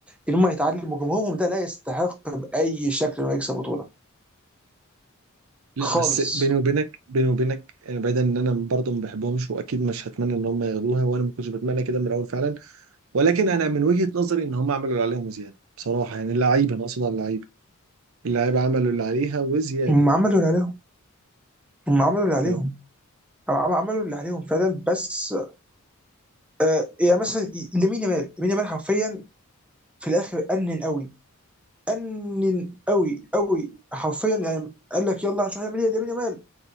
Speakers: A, in the centre; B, on the right.
A: ان هم يتعلموا جمهورهم ده لا يستحق باي شكل انه يكسب بطوله
B: لا
A: خالص
B: بس بيني وبينك بيني وبينك يعني بعيدا ان انا برضه ما بحبهمش واكيد مش هتمنى ان هم ياخدوها وانا ما كنتش بتمنى كده من الاول فعلا ولكن انا من وجهة نظري ان هم عملوا اللي عليهم وزياده بصراحه يعني اللعيبه انا اقصد على اللعيبه اللعيبه عملوا اللي عليها وزياده
A: هم عملوا اللي عليهم هم عملوا اللي
B: فاهم
A: عليهم عم- عملوا اللي عليهم فعلا بس آه يعني مثلا لامين يامال لامين يامال حرفيا في الاخر انن قوي انن قوي قوي حرفيا يعني قال لك يلا هنشوف هنعمل ايه لامين يامال